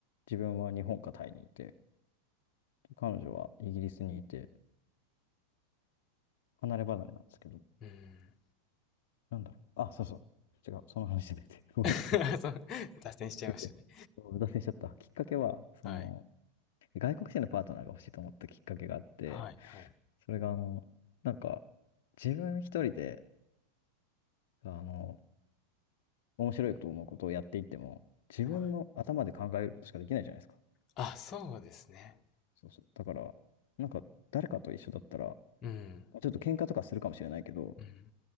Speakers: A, on the left; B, on the left.
A: 自分は日本かタイにいて、彼女はイギリスにいて、離れ離れなんですけど、
B: うん。
A: なんだろう。あ、そうそう。違う。その話じゃなくて。<laughs> ごめんなさい。
B: <laughs> そう、脱線しちゃいましたね。
A: 先生。そう脱線しちゃった。きっかけは、その、
B: はい。
A: 外国人のパートナーが欲しいと思ったきっかけがあって、
B: はいはい。
A: それが、あの、なんか、自分一人で、あの、面白いと思うことをやっていっても、自分の頭で考えることしかできないじゃないですか。
B: はい。あ、そうですね。
A: そうそう。だから、なんか、誰かと一緒だったら、
B: うん。
A: ちょっと喧嘩とかするかもしれないけど、
B: うん。